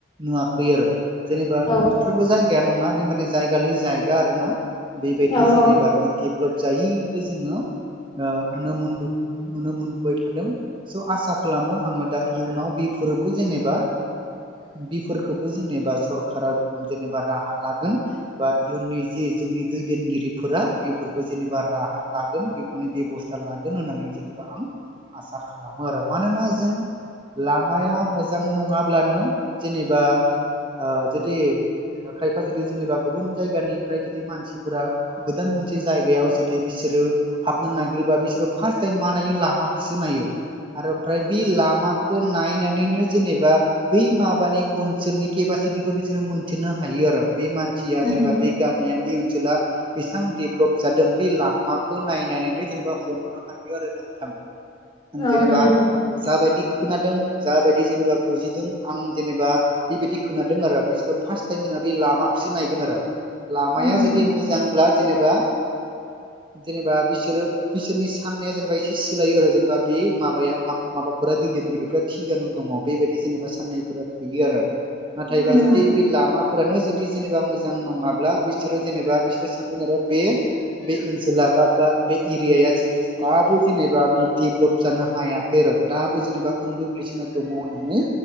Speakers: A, on the right; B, on the left.
A: नुवाखै आरो जेनेबा
B: औ
A: मोनफ्रोमबो जायगाया नङा बे माने जायगा लै जायगा आरो ना। बेबायदि
B: औ
A: जेनेबा
B: औ
A: बिदेब्लब जायखौ जोङो ओ नुनो मोनगोन नुनो मोनगोन बाय थादों स' आसा खालामो आङो दा इयुनाव बेफोरबो जेनेबा बेफोरखौबो जेनेबा सरखारा जेनेबा राहा लागोन बा इयुननि जे जोंनि दैदेनगिरिफोरा बेफोरखौ जेनेबा राहा लागोन बेखौनो बेब'स्था लागोन होन्नानै जेनेबा आं आसा खालामो आरो मानोना जों लामाया मोजां नङाब्लानो जेनेबा ओ जुदि खायफा जुदि जेनेबा गुबुन जायगानिफ्राय जुदि मानसिफोरा गोदान मोनसे जायगायाव जुदि बिस सोरो हाबनो नागिरबा बिसोरो फास टाइम मा नायो लामा खौसो नायो आरो ओमफ्राय बे लामा खो नायनानैनो जेनेबा बै माबानि ओनसोलनि केपासिटिखौ बिसोरो मोनथिनो हायो बे मानसिया
B: नंगौ
A: जेनेबा बे गामिया बे ओनसोला बेसेबां देब्लब जादों बे लामाखो नायनानैनो जेनेबा हमनो हायो आरो नोंथां।
B: औ
A: जेनेबा
B: नंगौ
A: जाबायदि खोनादों जाबायदि जेनेबा बुजिदों आं जेनेबा बेबायदि खोनादों आरो बिसोरो फास टाइम दा बे लामाखोसो नायगोन आरो लामाया
B: उम
A: जुदि मोजां ब्ला जेनेबा जेनेबा बिसोरो बिसोरनि साननाया जेनेबा एसे सोलायो आरो जेनेबा बा बे माबाया माबाफोरा दैदेनगिरिफ्रा थिगानु दङ बेबायदि जेनेबा साननाय फोरा फैयो आरो। नाथायबा
B: उम औ
A: जुदि बे लामाफोरानो जुदि जेनेबा मोजां नङाब्ला बिसोरो जेनेबा बिसोरो सानदों आरो बे बे ओनसोला बा बा बे एरियाया जे दाबो जेनेबा बे डेभलप जानो हायाखै आरो दाबो जेनेबा उन्दु गोग्लैसोना दङ होननानै